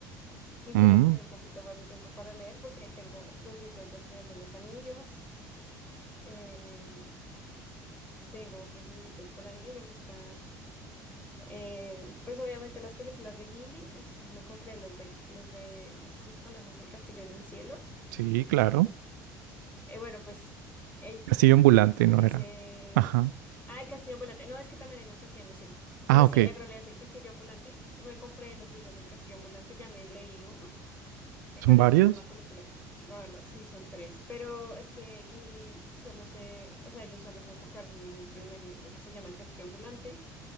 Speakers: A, on the left; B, on the right.
A: quisiera
B: Mm,
A: tener un poquito más de tiempo para leer porque ahí tengo los libros del Señor de los Anillos, em, tengo otros libritos por ahí, me gusta, em, pues obviamente las películas de Ghibli, entonces me compré los de, los de, no sé si conoces El Castillo en el Cielo,
B: sí, claro.
A: Eh, bueno, pues el-
B: Castillo ambulante, ¿no
A: ese,
B: era? Ajá.
A: ah, El Castillo Ambulante, no, es que también hay un Castillo en el Cielo, pero
B: Ah, ok.
A: sí, en realidad es El Castillo Ambulante, me compré los libros del Castillo Ambulante, ya me leí uno Eh,
B: ¿Son
A: Pero
B: varios?
A: es mejor la película. La verdad, sí, son tres. Pero es que Ghibli solo se, o sea, ellos solo se enfocaron en el primer libro, que se llama El Castillo Ambulante.